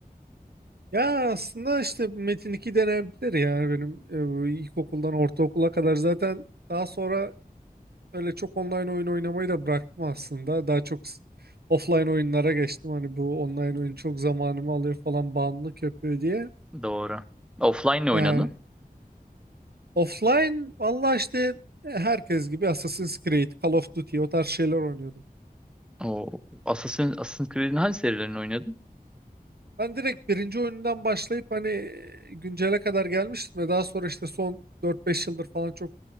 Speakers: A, on the right; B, in the centre.
A: Ya aslında işte Metin 2 denebilir yani benim e, ilkokuldan ortaokula kadar zaten daha sonra öyle çok online oyun oynamayı da bıraktım aslında. Daha çok s- offline oyunlara geçtim. Hani bu online oyun çok zamanımı alıyor falan bağımlılık yapıyor diye.
B: Doğru. Offline ne
A: Yani
B: oynadın?
A: Offline valla işte e, herkes gibi Assassin's Creed, Call of Duty o tarz şeyler oynuyordum.
B: O Assassin, Assassin's Creed'in hangi serilerini oynadın?
A: Ben direkt birinci oyundan başlayıp hani güncele kadar gelmiştim ve daha sonra işte son dört beş yıldır falan çok